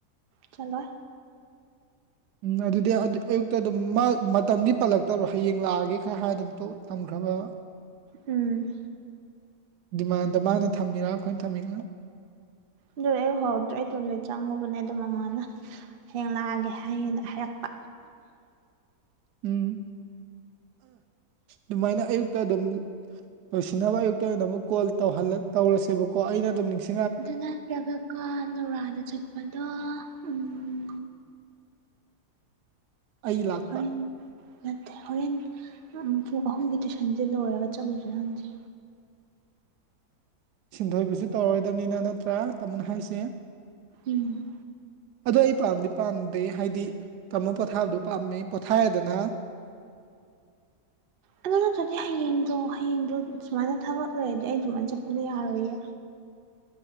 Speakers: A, on the right; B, on the right.
A: ꯆꯠꯂꯣꯏ
B: ꯎꯝ ꯑꯗꯨꯗꯤ ꯑꯌꯨꯛꯇ ꯑꯗꯨꯝ ꯃꯇꯝꯗꯤ ꯄꯜꯂꯛꯇꯕ꯭ꯔꯣ ꯍꯌꯦꯡ ꯂꯥꯛꯑꯒꯦ ꯈꯔ ꯍꯥꯏꯔ ꯑꯗꯨꯝ ꯊꯝꯈ꯭ꯔꯕ
A: ꯎꯝ
B: ꯗꯤꯃꯥꯟꯗ ꯃꯥꯅ ꯊꯝꯃꯤꯔꯥ ꯑꯩꯈꯣꯏꯅ ꯊꯝꯃꯤꯔꯥ
A: ꯑꯗꯨ ꯑꯩ ꯎꯍꯧꯗ꯭ꯔꯦ ꯑꯩ ꯇꯣꯂꯦꯠ ꯆꯪꯉꯨꯕꯅꯦꯗ ꯃꯃꯥꯅ ꯍꯌꯦꯡ ꯂꯥꯛꯑꯒꯦ ꯍꯥꯏꯌꯦꯅ ꯍꯥꯏꯔꯛꯄ
B: ꯎꯝ ꯑꯗꯨꯃꯥꯏꯅ ꯑꯌꯨꯛꯇ ꯑꯗꯨꯝ ꯂꯣꯏꯁꯤꯟꯅꯕ ꯑꯌꯨꯛꯇ ꯑꯣꯏꯅ ꯑꯃꯨꯛ ꯀꯣꯜꯧ ꯇꯧꯔꯁꯦꯕꯀꯣ ꯑꯩꯅ ꯑꯗꯨꯝ ꯅꯤꯡꯁꯤꯡ
A: ꯑꯗꯨ ꯅꯠꯇ꯭ꯔꯒꯀ ꯅꯨꯔꯥꯗ ꯆꯠꯄꯗꯣ ꯎꯝ
B: ꯑꯩ ꯂꯥꯛꯄ
A: ꯍꯣꯏꯟ ꯅꯠꯇꯦ ꯍꯣꯔꯦꯟ ꯑꯝ ꯄꯨꯡ ꯑꯍꯨꯝꯒꯤ ꯇꯨꯏꯁꯟꯁꯦ ꯂꯣꯏꯔꯒ ꯆꯠꯂꯨꯗꯔꯥ ꯍꯪꯁꯦ
B: ꯁꯤꯟꯊꯣꯏꯕꯁꯨ ꯇꯧꯔꯣꯏꯗꯕꯅꯤꯅ ꯅꯠꯇ꯭ꯔꯥ ꯇꯥꯃꯣꯅ ꯍꯥꯏꯁꯦ
A: ꯎꯝ
B: ꯑꯗꯣ ꯑꯩ ꯄꯥꯝꯗꯤ ꯄꯥꯝꯗꯦ ꯍꯥꯏꯗꯤ ꯀꯃꯣ ꯄꯣꯊꯥꯕꯗꯣ ꯄꯥꯝꯃꯦ ꯄꯣꯊꯥꯔꯦꯗꯅ
A: ꯑꯗꯨ ꯅꯠꯇ꯭ꯔꯗꯤ ꯍꯌꯦꯡꯗꯣ ꯍꯌꯦꯡꯗꯣ ꯁꯨꯃꯥꯏꯅ ꯊꯕꯛ ꯑꯣꯏꯨꯔꯗꯤ ꯑꯩ ꯑꯗꯨꯃꯥꯏꯅ ꯆꯠꯄꯗꯣ ꯌꯥꯔꯣꯏꯌꯦ